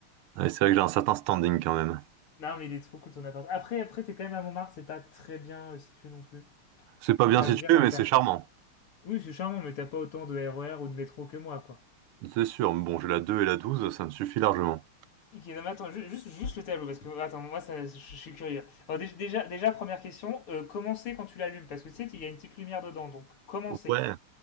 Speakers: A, on the right; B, on the left.
A: Ah oui, c'est vrai que j'ai un certain standing quand même.
B: Non, mais il est trop cool, ton appart. Après, après, t'es quand même à Montmartre, c'est pas très bien euh, situé non plus.
A: C'est pas bien
B: Enfin,
A: situé,
B: je veux dire, euh,
A: mais
B: t'as-
A: c'est charmant.
B: oui, c'est charmant, mais t'as pas autant de RER ou de métro que moi, quoi.
A: C'est sûr, mais bon, j'ai la 2 et la douze, ça me suffit largement.
B: Ok, non, mais attends, ju- juste, juste le tableau, parce que attends, moi ça, je, je suis curieux. Alors, dé- déjà, déjà, première question, euh, comment c'est quand tu l'allumes? Parce que tu sais, il y a une petite lumière dedans, donc comment c'est?
A: Ouais.